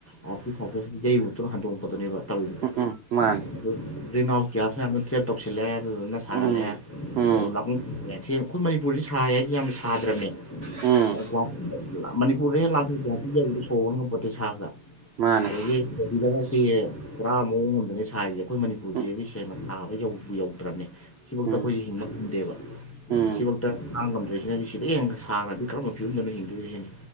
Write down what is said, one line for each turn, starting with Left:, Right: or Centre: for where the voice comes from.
Left: ꯑꯥꯔꯠꯀꯤ ꯁꯔꯐꯦꯁ ꯇꯥ ꯌꯩꯔꯨ ꯃꯇꯨꯡ ꯍꯟꯗꯣꯛꯄꯗꯨꯅꯦꯕ ꯇꯧꯔꯤꯗꯨ
Right: ꯎꯝ ꯎꯝ ꯃꯥꯅꯦ
Left: ꯑꯗꯨ ꯒ꯭ꯔꯤꯟ ꯍꯥꯎꯁ ꯒ꯭ꯌꯥꯁ ꯉꯥꯛꯇ ꯇ꯭ꯔꯦꯞ ꯇꯧꯁꯤꯜꯂꯦ ꯑꯗꯨꯗꯨꯅ ꯁꯥꯒꯠꯂꯦ
Right: ꯎꯝ ꯎꯝ
Left: ꯂꯩꯕꯝ ꯂꯥꯛꯐꯝ <unintelligible> ꯑꯩꯈꯣꯏ ꯃꯅꯤꯄꯨꯔꯁꯦ ꯁꯥꯏ ꯍꯥꯏꯁꯦ ꯌꯥꯝꯅ ꯁꯥꯗ꯭ꯔꯕꯅꯦ
Right: ꯎꯝ
Left: ꯑꯥ ꯒꯨꯍꯥꯇꯤꯗ ꯃꯅꯤꯄꯨꯔꯗ ꯍꯦꯛ ꯂꯥꯟꯊꯣꯛ ꯒꯨꯍꯥꯇꯤ ꯁꯨꯝ ꯂꯩꯕꯗ ꯁꯣꯔ ꯍꯣꯟ ꯉꯝꯄꯣꯠꯇꯦ ꯁꯥꯕꯗ
Right: ꯃꯥꯅꯦ
Left: ꯑꯗꯒꯤ ꯗꯦꯂꯤꯗꯒꯗꯤ ꯄꯨꯔꯥ ꯃꯑꯣꯡ ꯑꯝꯗꯅꯦ ꯁꯥꯔꯤꯖꯦ ꯑꯈꯣꯏ ꯃꯅꯤꯄꯨꯔꯗꯤ
Right: ꯎꯝ
Left: ꯁꯦꯡꯅ ꯁꯥꯕ ꯌꯧꯕꯨ ꯌꯧꯗ꯭ꯔꯝꯅꯦ ꯁꯤꯕꯧꯇ
Right: ꯎꯝ
Left: ꯑꯩꯈꯣꯏꯁꯦ ꯍꯤꯡꯕ ꯉꯝꯗꯦꯕ
Right: ꯎꯝ
Left: ꯁꯤꯐꯥꯎꯗ ꯈꯥꯡꯉꯝꯗ꯭ꯔꯤꯁꯤꯅꯗꯤ ꯁꯤꯗꯩ ꯍꯦꯟꯅꯒ ꯁꯥꯈ꯭ꯔꯗꯤ ꯀꯔꯝꯕ ꯐꯤꯕꯝꯗꯅꯣ ꯍꯤꯡꯗꯨꯏ ꯁꯤꯅꯤ